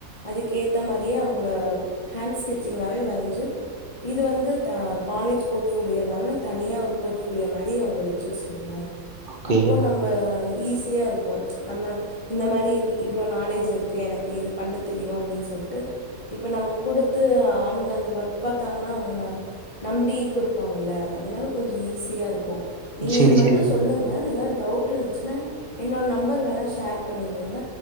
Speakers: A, on the left; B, on the right.
A: அதுக்கு ஏத்தா மாரியே அவுங்கள ஹேண்ட் ஸ்கெங்சிங்காவே வரஞ்சி இது வந்து த காலேஜ் போர்ட்ஃபோலியோ இல்லாம தனியா ஒரு போர்ட்ஃபோலியோ மாரி அவுங்க வெச்சிக்க சொல்லுங்க
B: ஓகே
A: அப்போ நம்ப ஈஸியா இருக்கு நம்ம இந்த மாரி இவ்ளோ நாலேஜ் இருக்கு எனக்கு இது பண்ண தெரியு அப்டின்னு சொல்ட்டு இப்ப நம்ம குடுத்து அவுங்க அந்த ஒர்க் பாத்தாங்கன்னா அவுங்க ந நம்பி குடுப்பாங்கல்ல அதனால கொஞ்சோ ஈஸியா இருக்கு நீங்க
B: சரி
A: இது மட்டு
B: சரி
A: சொல்லுங்க ஏதாவது டவுட் இருந்துச்சினா என்னோட நம்பர் வேணா ஷேர் பண்ணிவிடுங்க